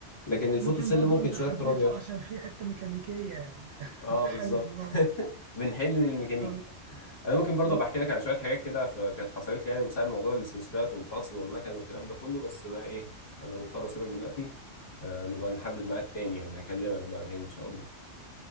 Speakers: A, on the left; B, on the right.
A: لكن الفوتوسيل
B: ممكن برضو
A: ممكن
B: انت
A: شويه
B: حبيته
A: تراب يعطل
B: عشان في حتة ميكانيكية يعني فانت
A: اه
B: حابب
A: بالظبط
B: الموضوع
A: <laughs> بنحل للميكانيكا
B: اه
A: انا ممكن برضه
B: آه.
A: بحكي لك عن شويه حاجات كده ف- كانت حصلت لي يعني بسبب موضوع السنسورات والفصل والمكن والكلام ده كله بس بقى ايه انا مضطر اسيبك دلوقتي آه نبقى نحدد ميعاد تاني يعني هكلمك بقى تاني ان شاء الله